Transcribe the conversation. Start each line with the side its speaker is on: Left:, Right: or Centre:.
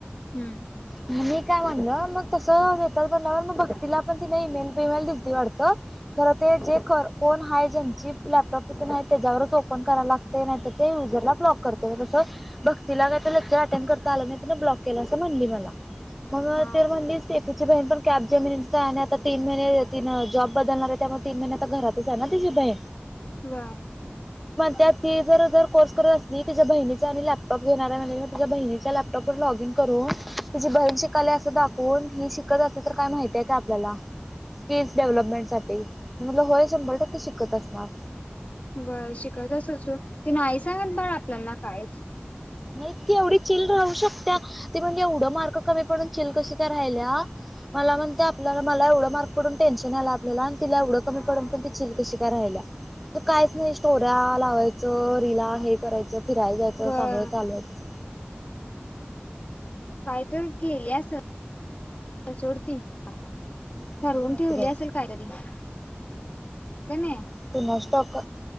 Left: हम्म.
Centre: मी काय म्हणलं मग तसं नेतात म्हंटल्यावर मग भक्तीलापण तिने ईमेल बिमेल दिल. वाटतं खरं ते जे कोण आहे ज्यांची लॅपटॉप तेन आहेत त्याच्यावरच ओपन करायला लागते. नाहीतर ते युजरला ब्लॉक करतील तसं भक्तीला काय ते लेक्चर अटेंड करता आलं नाही त्यांनी ब्लॉक केलंय असं. म्हटली मला मग
Left: हा
Centre: ते म्हटली टेकिची बहिण पण कॅब जेमिनी आ तीन महिने तीन जॉब बदलणार आहे त्यामुळे तीन महिने आता घरातच आहे ना तिची बहीण.
Left: बर. <inaudible>
Centre: त्यात ती जर जर कोर्स करत असली तिच्या बहिणीचा आणि लॅपटॉप घेणाऱ्या म्हणज त्याच्या बहिणीच्या लॅपटॉपवर लॉग इन करून तिची बहिण शिकाल्या असं दाखवून ही शिकत असली तर काय माहितीय काय आपल्याला. स्किल्स डेव्हलपमेंट साठी म्हटलं होय शंभर टक्के शिकत असणार.
Left: बर शिकतच असल सोड ति नाही सांगत बर आपल्याना काहिच.
Centre: नाही ती एवढी चिल राहू शकत्या ती म्हणजे एवढं मार्क कमी पडून चिल कशी काय राहिल्या. मला म्हणतीया आपल्याला मला एवढं मार्क पडून टेन्शन आला आपल्याला आणि तिला एवढं कमी पडून पण ती चिल कशी काय राहिली. कायच नाही स्टोर्या लावायचं रिला हे करायचं. फिरायला जायचं
Left: वय
Centre: चांगलं चालूय तिचं.
Left: काय तर केली असल <inaudible> सोडतीला.
Centre: काय
Left: ठरवून
Centre: माहित
Left: ठेवली
Centre: बाई
Left: असेल कायतरी तीन कणि.
Centre: कोणास ठाउक.